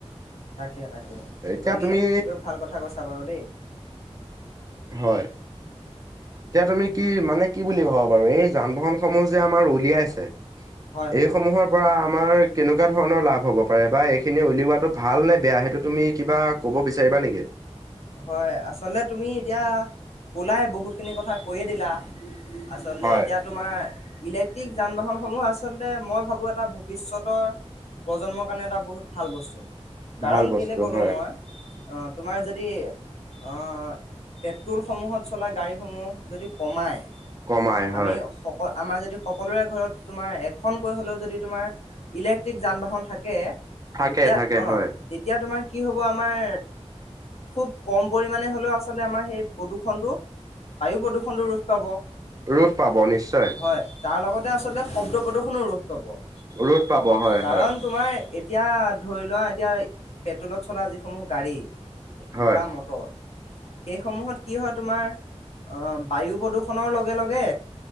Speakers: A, on the left; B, on the right.
A: তাকে- তাকে,
B: এতিয়া
A: গতিকে
B: তুমি
A: সেইটো ভাল কথা কৈছা বাৰু দেই।
B: হয়। এতিয়া তুমি কি মানে কি বুলি ভাবা বাৰু, এই যান বাহনসমূহ যে আমাৰ উলিয়াইছে
A: হয় হয়
B: এই সমূহৰ পৰা আমাৰ কেনেকুৱা ধৰণৰ লাভ হ'ব পাৰে বা এই সেইখিনি উলিওৱাটো ভাল নে বেয়া, সেইটো তুমি কিবা ক'ব বিচাৰিবা নেকি।
A: হয়, আচলতে তুমি এতিয়া ক'লাই বহুতখিনি কথা কৈয়ে দিলা। আচলতে
B: হয়
A: এতিয়া তোমাৰ ইলেক্ট্ৰিক যান বাহনসমূহ আচলতে মই ভাবো এটা ভৱিষ্যতৰ প্ৰজন্মৰ কাৰণে এটা বহুত ভাল বস্তু, কাৰণ
B: ভাল বস্তু
A: কেনে ক'লো
B: হয়।
A: মই, অ', তোমাৰ যে যদি অ', পেট্ৰলসমূহত চলা গাড়ীসমূহ যদি কমায়।
B: কমাই হয়
A: আমি সকল আমাৰ যদি সকলোৰে ঘৰত তোমাৰ এখন কৈ হ'লেও যদি তোমাৰ ইলেক্ট্ৰিক যান বাহন থাকে,
B: থাকে
A: তেতিয়া
B: থাকে
A: অ',
B: হয়
A: তেতিয়া তোমাৰ কি হ'ব আমাৰ খুব কম পৰিমাণে হ'লেও আচলতে আমাৰ সেই প্ৰদূষণটো, বায়ু প্ৰদূষণটো ৰোধ পাব।
B: ৰোধ পাব নিশ্চয়।
A: হয়, তাৰ লগতে আচলতে শব্দ প্ৰদূষনো ৰোধ পাব।
B: ৰোধ পাব হয়-হয়।
A: কাৰণ তোমাৰ এতিয়া ধৰি লোৱা এতিয়া পেট্ৰলত চলা যিসমূহ গাড়ী
B: হয়
A: বা মটৰ, সেইসমূহত কি হয় তোমাৰ, অ', বায়ু প্ৰদূ ষণৰ লগে- লগে,